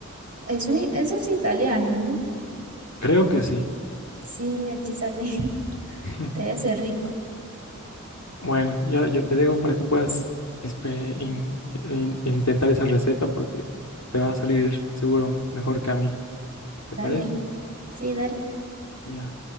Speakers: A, on the right; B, on the left.
A: Es un, eso es italiano, ¿no?
B: Creo que sí.
A: Sí, aquí sale. <laughs>
B: <laughs>
A: Debe ser rico.
B: Bueno, yo, yo te dejo para que puedas inspe- in- in- intentar esa receta porque te va a salir seguro mejor que a mí. ¿Te
A: Dale.
B: parece?
A: Sí, dale.
B: Ya.